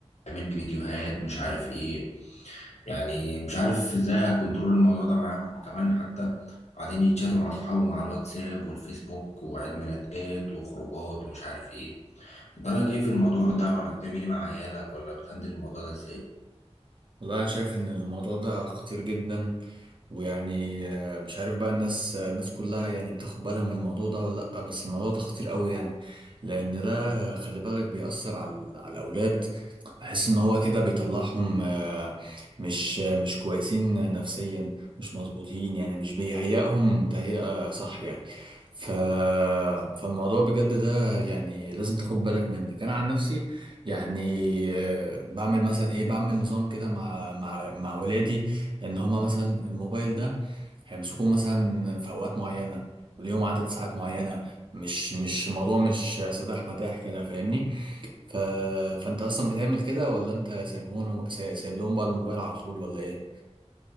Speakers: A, on the left; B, on the right.
A: يعمل لي فيديوهات مش عارف ايه يعني مش عارف ازاي اكنترول الموضوع ده معاهم كمان حتى قاعدين يتشاتوا مع اصحابهم على الواتساب والفيسبوك وعيد ميلادات وخروجات ومش عارف ايه انت رايك ايه في الموضوع ده ولا بتعمل ايه مع عيالك ولا بتهندل الموضوع ده ازاي
B: والله انا شايف ان الموضوع ده خطير جدا ويعني آه، مش عارف بقى الناس آه، الناس كلها يعني بتاخد بالها من الموضوع ده ولا لا بس الموضوع ده خطير قوي يعني لان ده آه، خلي بالك بيأثر على على الاولاد بحس ان هو كده بيطلعهم آه، مش آه، مش كويسين نفسيا مش مظبوطين يعني مش بيهيئهم تهيئة صح يعني ف... فالموضوع بجد ده يعني لازم تاخد بالك منك انا عن نفسي يعني آه، بعمل مثلا ايه بعمل نظام كده مع مع مع ولادي ان هما مثلا الموبايل ده هيمسكوه مثلا في اوقات معينه وليهم عدد ساعات معينه مش مش الموضوع مش سداح مداح كده فاهمني ف... فانت اصلا بتعمل كده ولا انت سايبهم سايب لهم بقى الموبايل على طول ولا ايه